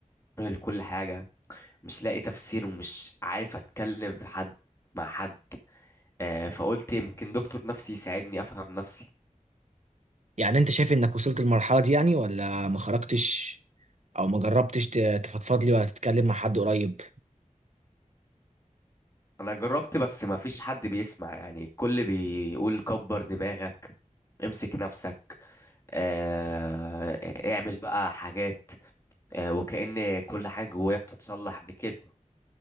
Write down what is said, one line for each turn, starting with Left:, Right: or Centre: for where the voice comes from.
Left: كره لكل حاجة مش لاقي تفسير ومش عارف اتكلم في حد مع حد آه، فقلت يمكن دكتور نفسي يساعدني افهم نفسي
Right: يعني انت شايف انك وصلت للمرحلة دي يعني ولا ما خرجتش او ما جربتش ت- تفضفض لي ولا تتكلم مع حد قريب
Left: انا جربت بس ما فيش حد بيسمع يعني الكل بيقول كبر دماغك امسك نفسك آه، اعمل بقى حاجات آه، وكأن كل حاجة جوايا بتتصلح بكلمة